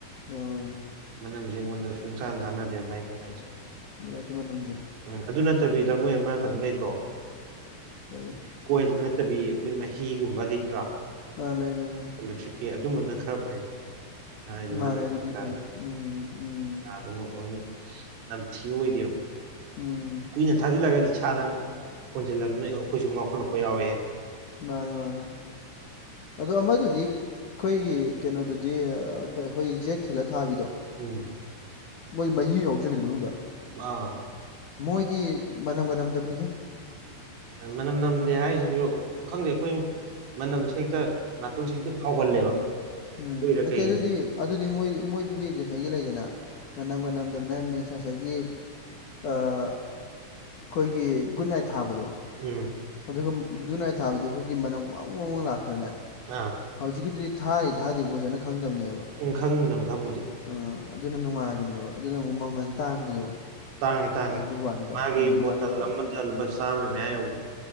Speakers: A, on the left; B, on the right.
A: ꯑꯥ
B: ꯃꯅꯝꯁꯦ ꯑꯩꯉꯣꯟꯗ ꯁꯨꯡꯆꯥꯟꯅ ꯆꯥꯟꯅꯗꯦꯕ ꯃꯥꯏ ꯀꯨꯠꯅꯥꯏꯁꯦ
A: <unintelligible> ꯒꯤ ꯃꯅꯥꯝꯁꯦ
B: ꯎꯝ ꯑꯗꯨ ꯅꯠꯇꯕꯤꯗ ꯃꯣꯏ ꯑꯃ ꯀꯩꯅꯣ ꯂꯩꯇ꯭ꯔꯣ
A: ꯐꯩ
B: ꯀꯣꯏꯜ ꯅꯠꯇꯕꯤ ꯑꯩꯈꯣꯏ ꯃꯍꯤꯒꯨꯝꯕ ꯂꯩꯇ꯭ꯔꯥ
A: ꯑꯥ ꯂꯩ ꯂꯩ
B: ꯏꯂꯦꯛꯇ꯭ꯔꯤꯛꯀꯤ ꯑꯗꯨꯝꯕꯅ ꯈꯔ ꯐꯩ ꯍꯥꯏꯗꯤ
A: ꯃꯥꯅꯦ
B: ꯃꯅꯥꯝ
A: ꯑꯗꯨꯗꯤ
B: ꯀꯩꯀꯥ
A: ꯐꯩ ꯎꯝ ꯎꯝ
B: ꯑꯗꯨꯅ ꯅꯝꯊꯤꯕ ꯑꯣꯏꯗꯦꯕ
A: ꯎꯝ
B: ꯀꯨꯏꯅ ꯊꯥꯖꯤꯜꯂꯒꯗꯤ ꯏꯁꯥꯗ ꯍꯣꯟꯁꯤꯜꯂꯕꯅꯤꯅ ꯑꯩꯈꯣꯏꯁꯨ ꯉꯥꯎꯈꯠꯂꯥꯛꯄ ꯌꯥꯎꯋꯦꯕ
A: ꯃꯥꯅꯦ ꯃꯥꯅꯦ ꯑꯗꯣ ꯑꯃꯗꯨꯗꯤ ꯑꯩꯈꯣꯏꯒꯤ ꯀꯩꯅꯣꯗꯨꯗꯤ ꯑꯩꯈꯣꯏ ꯖꯦꯛ ꯊꯤꯜꯂ ꯊꯥꯕꯤꯗꯣ
B: ꯎꯝ
A: ꯃꯣꯏ ꯃꯍꯤ ꯌꯥꯎꯖꯕꯤꯗꯨ ꯃꯅꯨꯡꯗ
B: ꯑꯥ
A: ꯃꯣꯏꯗꯤ ꯃꯅꯝꯒ ꯅꯝꯗꯕꯅꯤꯍꯦ
B: ꯑꯦ ꯃꯅꯝ ꯅꯝꯗꯦ ꯍꯥꯏꯁꯤꯁꯨ ꯈꯪꯗꯦ ꯑꯩꯈꯣꯏ ꯃꯅꯝꯁꯦ ꯍꯦꯛꯇ ꯅꯥꯇꯣꯟꯁꯤ ꯍꯦꯛꯇ ꯐꯥꯎꯒꯜꯂꯦꯕ
A: ꯎꯝ
B: ꯑꯗꯨꯏꯔꯥ
A: ꯅꯠꯇꯦ
B: ꯀꯩꯒꯤꯅꯣ
A: ꯑꯗꯨꯗꯤ ꯑꯗꯨꯗꯤ ꯃꯣꯏ ꯃꯣꯏꯗꯨꯗꯤ ꯉꯁꯥꯏꯒꯤ ꯂꯩꯗꯅ ꯃꯅꯝꯒ ꯅꯝꯗꯕꯅꯦ ꯃꯤꯟꯁ ꯉꯁꯥꯏꯒꯤ ꯑꯩꯈꯣꯏꯒꯤ ꯒꯨꯠ ꯅꯥꯏꯠ ꯊꯥꯕꯗꯣ
B: ꯎꯝ
A: ꯑꯗꯨꯒ ꯒꯨꯠ ꯅꯥꯢꯠ ꯊꯥꯕꯗꯤ ꯑꯩꯈꯣꯏꯒꯤ ꯃꯅꯝ ꯋꯥꯡ ꯋꯥꯡ ꯂꯥꯛꯇ꯭ꯔꯅꯦ
B: ꯑꯥ
A: ꯍꯧꯖꯤꯛꯀꯤꯗꯨꯗꯤ ꯊꯥꯔꯤ ꯊꯥꯗꯔꯤꯔ ꯐꯖꯅ ꯈꯪꯗꯝꯅꯦꯕ
B: ꯑꯝ ꯈꯪꯕꯨꯗꯤ ꯈꯪꯕꯅꯦ
A: ꯑꯥ ꯑꯗꯨꯅ ꯅꯨꯡꯉꯥꯏꯕꯅꯦꯕ ꯑꯗꯨꯅ ꯑꯃꯨꯛ ꯃꯃꯜ ꯇꯥꯡꯕꯗꯣ
B: ꯇꯥꯡꯉꯤ ꯇꯥꯡꯉꯤ
A: ꯑꯗꯨꯏ ꯋꯥꯅꯤꯗ
B: ꯃꯥꯒꯤ
A: ꯃꯃꯜ
B: ꯕꯣꯇꯜ
A: ꯇꯥꯡꯕꯗꯨ ꯋꯥꯅꯤ
B: ꯑꯃꯗ ꯂꯨꯄꯥ ꯆꯥꯝꯃ ꯃꯌꯥ ꯌꯧꯕꯅꯦ